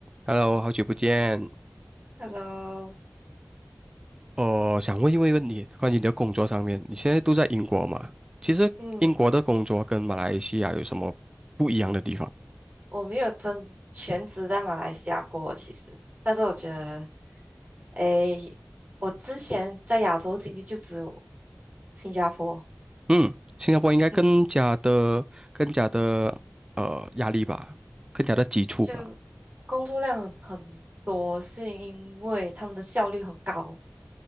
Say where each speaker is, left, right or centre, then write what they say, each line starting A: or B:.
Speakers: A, on the right; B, on the right.
A: Hello，好久不见。
B: Hello，
A: 我想问一问问你，关于你的工作上面，你现在都在英国嘛？其实英国的工作跟马来西亚有什么不一样的地方？
B: 嗯，我没有真全职在马来西亚过，其实，但是我觉得，诶，我之前在亚洲经历就只有新加坡，
A: 嗯，新加坡应该更加的、
B: 嗯，
A: 更加的呃压力吧，更加的急促吧。
B: 就工作量很很多，是因为他们的效率很高，